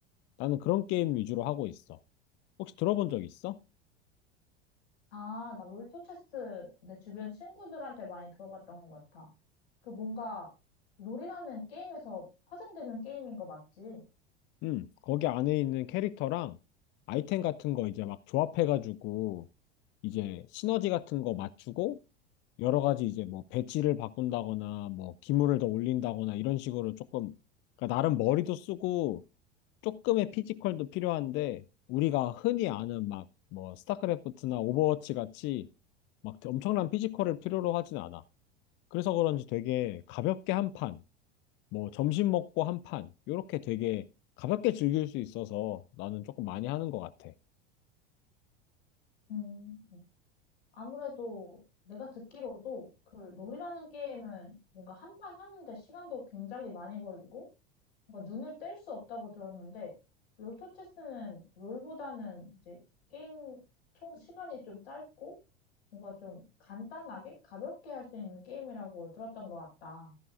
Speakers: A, on the left; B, on the left.
A: 나는 그런 게임 위주로 하고 있어. 혹시 들어본 적 있어?
B: 아, 나 롤토체스 내 주변 친구들한테 많이 들어봤던 것 같아. 그 뭔가 롤이라는 게임에서 파생되는 게임인 거 맞지?
A: 응, 거기 안에 있는 캐릭터랑 아이템 같은 거 이제 막 조합해가지고 이제 시너지 같은 거 맞추고 여러 가지 이제 뭐 배치를 바꾼다거나 뭐 기물을 더 올린다거나 이런 식으로 조금 그러니까 나름 머리도 쓰고 조금의 피지컬도 필요한데 우리가 흔히 아는 막 뭐 스타크래프트나 오버워치 같이 막 엄청난 피지컬을 필요로 하진 않아. 그래서 그런지 되게 가볍게 한 판, 뭐 점심 먹고 한 판, 요렇게 되게 가볍게 즐길 수 있어서 나는 조금 많이 하는 것 같아.
B: 음, 아무래도 내가 듣기로도 그 롤이라는 게임은 뭔가 한 판 하는데 시간도 굉장히 많이 걸리고 뭔가 눈을 뗄 수 없다고 들었는데 롤토 체스는 롤보다는 이제 게임 총 시간이 좀 짧고 뭔가 좀 간단하게 가볍게 할 수 있는 게임이라고 들었던 것 같다.